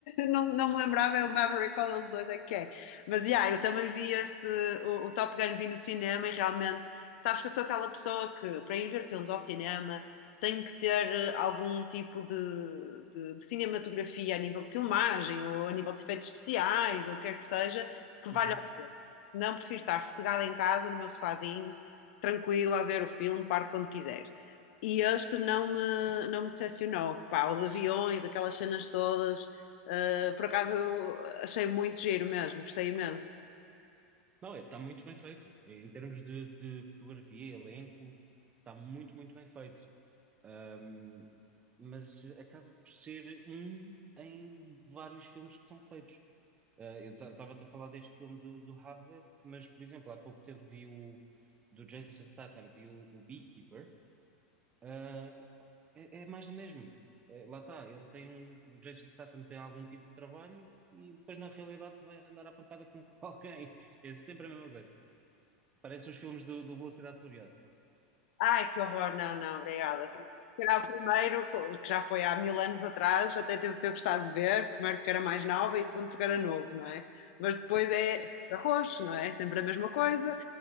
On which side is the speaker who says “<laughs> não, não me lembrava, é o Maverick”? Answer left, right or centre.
Left